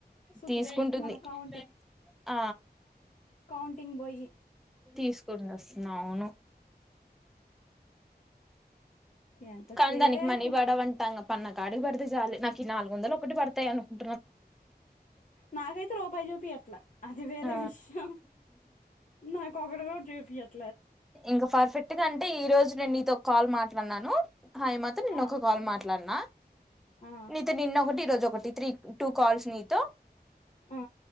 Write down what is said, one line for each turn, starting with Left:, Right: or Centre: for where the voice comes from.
Left: శుద్ధ
Centre: తీసుకుంటుంది
Left: వేస్ట్ మన కౌం
Centre: ఆ
Left: కౌంటింగ్ బోయి
Centre: తీసుకుని వస్తున్నా అవును
Left: ఎంతసేపు
Centre: కాని దానికి మనీ పడవంటా పన్న కాడికి పడితే చాలు నాకు ఈ నాలుగు వందలు ఒకటి పడతయి అనుకుం
Left: నాకైతే రూపాయి చూపి యట్లె అది వేరే
Centre: ఆ
Left: విషయం నాకు ఒకటి గూడ జూపియదు
Centre: ఇంకా పర్ఫెక్ట్ గా అంటే ఈ రోజు నేను నీతో కాల్ మాట్లాడినాను హాయ్ మాత్రం నిన్న
Left: ఆ
Centre: ఒక కాల్ మాట్లాడినా
Left: ఆ
Centre: నీతో నిన్న ఒకటి ఈ రోజు ఒకటి త్రీ టూ కాల్స్ నీ తో
Left: ఆ